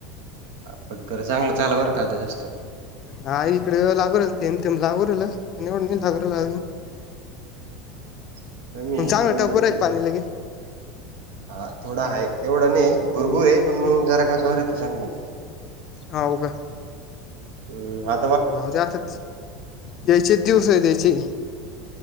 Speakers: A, on the right; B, on the left.
A: पट, खरं चांगलं चाल बर का आता जास्त.
B: हा इकडे लागू राहील थेंब थेंब ते लागू राहिल एवढ लागू राहील.
A: <unintelligible> कमी आहे
B: चांगलं
A: एवढं
B: टप्पू आहे
A: नाही
B: का पाणीलागे.
A: हा थोडा आहे एवढं नाही भुरभूर आहे पण
B: हम्म
A: मग जरा का जोर आहे ते चांगली.
B: होऊ काय.
A: हम्म वा.
B: जाऊदे आता यायचेच दिवस आहे त्याचे.